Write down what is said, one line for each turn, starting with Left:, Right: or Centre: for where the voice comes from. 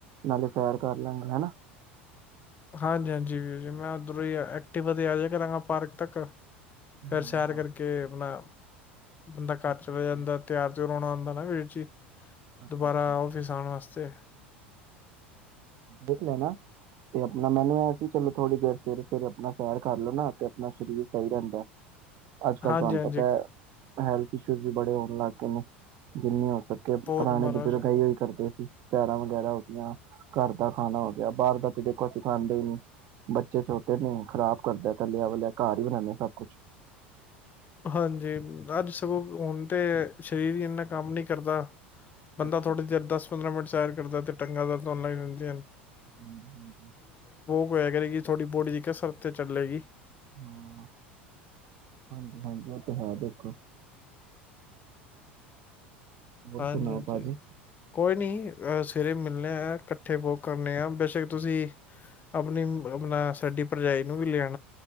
Right: ਨਾਲੇ ਸੈਰ ਕਰ ਲਾਂਗੇ ਹਨਾ।
Left: ਹਾਂਜੀ-ਹਾਂਜੀ ਵੀਰ ਜੀ ਮੈਂ ਉੱਧਰੋਂ ਐਕਟਿਵਾ ਤੇ ਆਜਾ ਕਰਾਂਗਾ ਪਾਰਕ ਤੱਕ। ਫੇਰ
Right: ਹਾਂ
Left: ਸੈਰ
Right: ਹਾਂ
Left: ਕਰਕੇ ਅਪਣਾ ਬੰਦਾ ਘਰ
Right: ਅੱਛਾ
Left: ਚਲਾ
Right: ਅੱਛਾ
Left: ਜਾਂਦਾ ਤਿਆਰ ਤੇ ਰੋਣਾ ਆਂਦਾ ਨਾ ਵੀਰ ਜੀ।
Right: ਅੱਛਾ ਅੱਛਾ
Left: ਦੁਬਾਰਾ
Right: ਅੱਛਾ,
Left: ਆਫਿਸ ਆਣ ਵਾਸਤੇ। ਤੇ
Right: ਦੇਖ ਲੈਣਾ ਤੇ ਆਪਣਾ ਮੈਨੂੰ ਐ ਸੀ ਚਲੋ ਥੋੜੀ ਦੇਰ ਸਵੇਰੇ ਸਵੇਰੇ ਆਪਣਾ ਸੈਰ ਕਰ ਲੈਣਾ, ਤੇ ਆਪਣਾ ਸਰੀਰ ਸਹੀ ਰਹਿੰਦਾ। ਅੱਜ ਕੱਲ੍ਹ
Left: ਹਾਂਜੀ
Right: ਤੁਹਾਨੂੰ
Left: ਹਾਂਜੀ
Right: ਪਤਾ ਹੈ। ਹੈਲਥ ਇਸ਼ੂਜ਼ ਵੀ ਬੜੇ ਹੋਣ ਲੱਗ ਗਏ ਨੇ, ਜਿੰਨੀਆਂ ਕਰਕੇ ਪੁਰਾਣੇ
Left: ਬਹੁਤ ਮਹਾਰਾਜ
Right: ਬਜ਼ੁਰਗ ਇਹੀ ਕਰਦੇ ਸੀ। ਸੈਰਾਂ ਵਗੈਰਾ ਹੋ ਗਈਆਂ। ਘਰ ਦਾ ਖਾਣਾ ਹੋ ਗਿਆ ਬਾਹਰ ਦਾ ਤੇ ਦੇਖੋ ਅਸੀਂ ਖਾਂਦੇ ਹੀ ਨੀ, ਬੱਚੇ ਛੋਟੇ ਨੇ ਖ਼ਰਾਬ ਕਰਦਾ ਤਲਿਆਂ ਵੱਲਿਆ ਘਰ ਹੀ ਬਣਾਦੇ ਸਭ ਕੁਛ।
Left: ਹਾਂਜੀ, ਅੱਜ ਸਗੋਂ ਹੁਣ ਤੇ ਸਰੀਰ ਭੀ ਇੰਨਾ ਕੰਮ ਨੀ ਕਰਦਾ। ਬੰਦਾ
Right: ਅੱਛਾ।
Left: ਥੋੜ੍ਹੀ ਦੇਰ ਦਸ ਪੰਦਰਾਂ ਮਿੰਟ ਸੈਰ ਦਾ ਤੇ ਟੰਗਾਂ <unintelligible> ਰਹਿੰਦੀਆਂ ਨੇ।
Right: ਹੂੰ-ਹੂੰ।
Left: ਉਹਇਆ ਕਰੇਗੀ ਥੋਡੀ ਬੋਡੀ ਦੀ ਕਸਰਤ ਤੇ ਚੱਲੇਗੀ।
Right: ਹਾਂ, ਹਾਂਜੀ-ਹਾਂਜੀ ਉਹ ਤੇ ਹੈ ਦੇਖੋ। ਹੋਰ
Left: ਹਾਂਜੀ-ਹਾਂਜੀ,
Right: ਸੁਣਾਓ ਭਾਜੀ।
Left: ਕੋਈ ਨੀ। ਅਹ ਸਵੇਰੇ ਮਿਲਣੇ ਹੈ। ਕਿੱਥੇ ਵਾਕ ਕਰਨੇ ਆ ਬੇਸ਼ੱਕ ਤੁਸੀਂ। ਅਪਣੀ ਆਪਣਾ ਸਾਡੀ ਪਰਜਾਈ ਨੂੰ ਵੀ ਲਿਆਣਾ